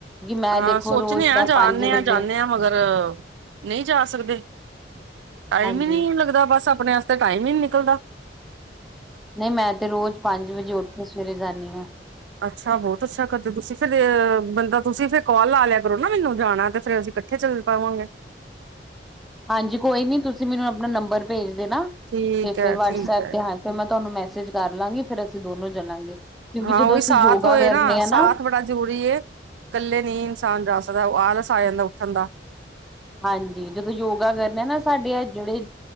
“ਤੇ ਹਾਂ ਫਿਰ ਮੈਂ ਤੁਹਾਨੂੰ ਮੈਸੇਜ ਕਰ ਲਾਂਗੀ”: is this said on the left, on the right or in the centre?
Centre